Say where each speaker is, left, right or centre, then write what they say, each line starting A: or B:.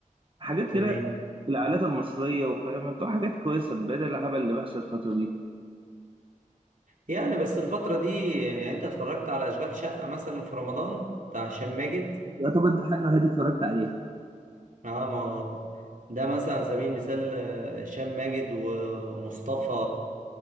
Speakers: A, on the right; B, on the right.
A: حاجات
B: تمام
A: كده في العائلات المصرية وفاهم بتبقى حاجات كويسة بدل الهبل اللي بيحصل الفترة دي
B: يعني بس الفترة دي يعني أنت اتفرجت على أشغال شقة مثلا في رمضان بتاع هشام ماجد
A: يعتبر دي الحاجة الوحيدة اللي اتفرجت عليها
B: اه ما ده مثلا على سبيل المثال آه، هشام ماجد ومصطفى